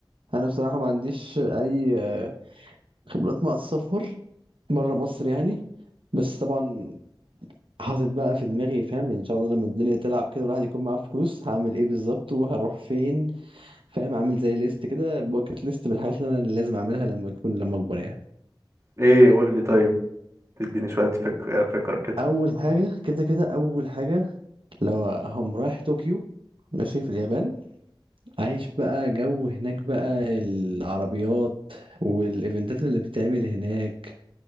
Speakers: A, on the right; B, on the right.
A: انا بصراحة ما عنديش اي آه، خبرات مع السفر بره مصر يعني بس طبعا حاطط بقى في دماغي فاهم يعني ان شاء الله لما الدنيا تلعب كده والواحد يكون معاه فلوس هعمل ايه بالظبط وهروح فين فاهم عامل زي ليست كده باكت ليست بالحاجات اللي انا لازم اعملها لما اكون لما اكبر يعني
B: ايه قول لي طيب تديني شويه فك... فكر كده
A: اول حاجة كده كده اول حاجة لو هم رايح طوكيو ماشي في اليابان عايش بقى جو هناك بقى العربيات والايفنتات اللي بتتعمل هناك